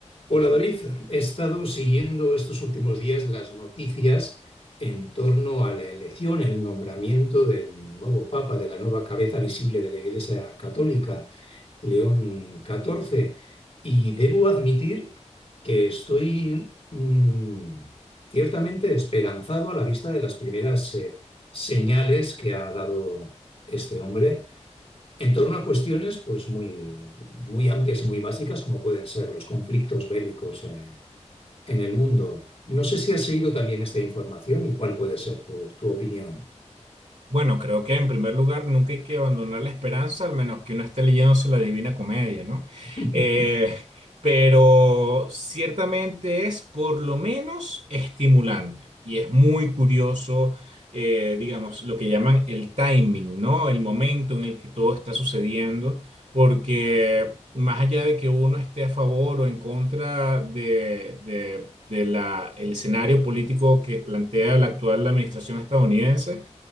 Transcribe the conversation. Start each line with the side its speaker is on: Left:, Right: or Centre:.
Left: Hola David, he estado siguiendo estos últimos días las noticias en torno a la elección, el nombramiento del nuevo Papa, de la nueva cabeza visible de la Iglesia Católica, León XIV, y debo admitir que estoy mm, ciertamente esperanzado a la vista de las primeras eh, señales que ha dado este hombre en torno a cuestiones pues muy, muy amplias y muy básicas como pueden ser los conflictos bélicos eh, en el mundo. No sé si has seguido también esta información y cuál puede ser tu, tu opinión.
Right: Bueno, creo que en primer lugar nunca hay que abandonar la esperanza, al menos que uno esté leyéndose la Divina Comedia, ¿no?
Left: <laughs>
Right: Eh, pero ciertamente es por lo menos estimulante y es muy curioso, eh, digamos, lo que llaman el timing, ¿no? El momento en el que todo está sucediendo, porque más allá de que uno esté a favor o en contra de, de, de la, el escenario político que plantea la actual administración estadounidense,